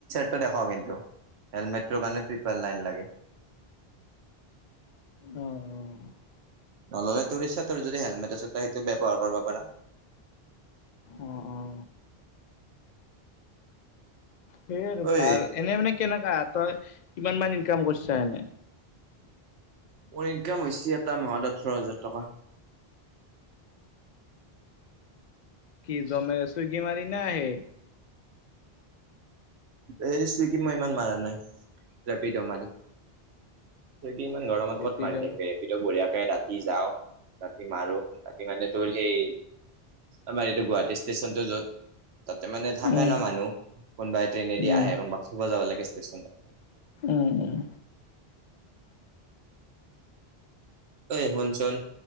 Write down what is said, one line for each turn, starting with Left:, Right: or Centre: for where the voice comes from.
Right: তই দেখ কিন্তু হেলমেটোৰ কাৰণে ট্ৰিপেল লাইন লাগে।
Left: অহ-অহ।
Right: নললে তোৰ ইচ্ছা। তোৰ যদি হেলমেট আছে, তই সেইটো ব্যৱহাৰ কৰব' পাৰা।
Left: অ-অ। সেয়ে আৰু
Right: ঐ
Left: ভাল। এনে মানে কেনেকা? তই কিমান মান ইনকাম কৰছা এনে? <inaudible>
Right: মোৰ ইনকাম হৈছি এটা মাহত ওঠৰ হাজাৰ টকা।
Left: কি জমে চুইগি মাৰি না হেই
Right: এই চুইগিত মই ইমান মাৰা নাই, ৰেপিদ' মাৰি চুইগিত ইমান গৰমত
Left: ৰেপিড'
Right: ক'ত মাৰি থাকবি? ৰেপিড' বঢ়িয়া। এ ৰাতি যাওঁ, ৰাতি মাৰো, ৰাতি মানে তোৰ সেই আমাৰ এইটো গুৱাহাটী ষ্টেচনটো য'ত তাতে মানে থাকে
Left: উম
Right: ন মানুহ। কোনবাই ট্ৰেইনেদি
Left: উম
Right: আহে, কোনবাক থ'ব যাব লাগে ষ্টেচনত।
Left: উম, উম।
Right: ঐ শুনচোন